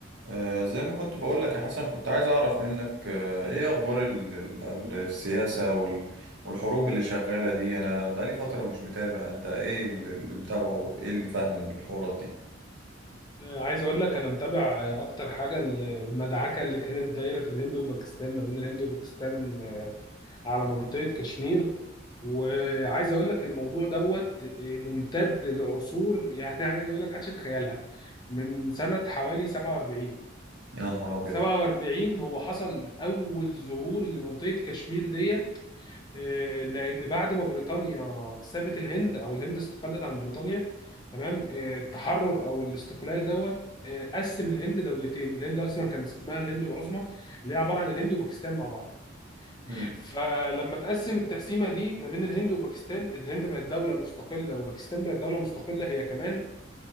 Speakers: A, on the right; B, on the left.
A: آه، زي ما كنت بقولك يا حسن كنت عايز أعرف منك آه، إيه أخبار ال- ال- ال- السياسة وال- والحروب اللي شغالة دي أنا بقالي فترة مش متابع أنت إيه اللي اللي متابعه إيه اللي فاهمه من الحوارات دي
B: آه، عايز اقول لك انا متابع اكتر حاجه ال- المدعكه اللي كانت دايره في الهند وباكستان ما بين الهند وباكستان آه، على منطقه كشمير وعايز اقول لك الموضوع دوت آه، ممتد لعصور <laughs> يعني عايز اقول لك محدش يتخيلها من سنه حوالي 47
A: يا نهار أبيض
B: 47 هو حصل اول ظهور لمنطقه كشمير ديت آه، لان بعد ما بريطانيا سابت الهند او الهند استقلت عن بريطانيا تمام آه، التحرر او الاستقلال دوت آه، قسم الهند دولتين الهند اصلا كان اسمها الهند العظمى اللي هي عباره عن الهند وباكستان مع بعض
A: مم.
B: فلما تقسم التقسيمه دي ما بين الهند وباكستان الهند بقت دوله مستقله وباكستان بقت دوله مستقله هي كمان